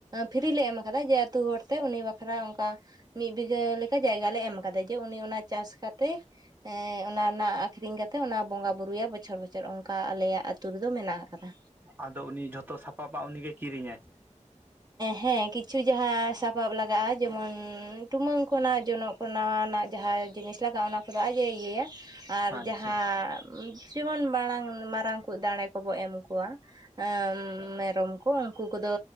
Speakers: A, on the right; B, on the right.
A: ᱯᱷᱤᱨᱤ ᱞᱮ ᱮᱢᱟ ᱠᱟᱫᱟ ᱡᱮ ᱟᱹᱛᱩ ᱦᱚᱲᱛᱮ ᱩᱱᱤ ᱵᱟᱠᱷᱨᱟ ᱚᱱᱠᱟ ᱢᱤᱫ ᱵᱤᱜᱷᱟᱹ ᱞᱮᱠᱟ ᱡᱟᱭᱜᱟ ᱞᱮ ᱮᱢ ᱠᱟᱫᱟ ᱡᱮ ᱩᱱᱤ ᱚᱱᱟ ᱪᱟᱥ ᱠᱟᱛᱮ ᱮᱸ ᱚᱱᱟ ᱨᱮᱱᱟᱜ ᱟᱠᱷᱨᱤᱧ ᱠᱟᱛᱮᱜ ᱚᱱᱟ ᱵᱚᱸᱜᱟ ᱵᱩᱨᱩᱭᱟᱭ ᱵᱚᱪᱷᱚᱨ ᱵᱚᱪᱷᱚᱨ ᱚᱱᱠᱟ ᱟᱞᱮᱭᱟᱜ ᱟᱛᱩ ᱨᱮᱫᱚ ᱢᱮᱱᱟᱜ ᱟᱠᱟᱫᱟ᱾
B: ᱟᱫᱚ ᱩᱱᱤ ᱡᱷᱚᱛᱚ ᱥᱟᱯᱟᱵᱟ ᱩᱱᱤᱜᱮ ᱠᱤᱨᱤᱧᱟᱭ?
A: ᱦᱮᱸ ᱠᱤᱪᱷᱩ ᱡᱟᱦᱟᱸ ᱥᱟᱯᱟᱵ ᱞᱟᱜᱟᱜᱼᱟ ᱡᱮᱢᱚᱱ ᱴᱩᱢᱟᱹᱝ ᱠᱷᱚᱜ ᱡᱚᱱᱚᱜ ᱠᱚ ᱱᱟᱣᱟᱱᱟᱜ ᱡᱟᱦᱟᱸ ᱡᱤᱱᱤᱥ ᱞᱟᱜᱟᱜᱼᱟ ᱚᱱᱟ ᱠᱚᱫᱚ ᱟᱡ ᱮ ᱤᱭᱟᱹᱭᱟ, ᱟᱨ
B: ᱟᱪᱪᱷᱟ
A: ᱡᱟᱦᱟᱸ ᱡᱮᱢᱚᱱ ᱢᱟᱲᱟᱝ ᱢᱟᱨᱟᱝ ᱠᱚᱡ ᱫᱟᱲᱮ ᱠᱚᱵᱚ ᱮᱢ ᱠᱚᱣᱟ ᱦᱮᱸ ᱢᱮᱨᱚᱢ ᱠᱚ ᱩᱱᱠᱩ ᱠᱚᱫᱚ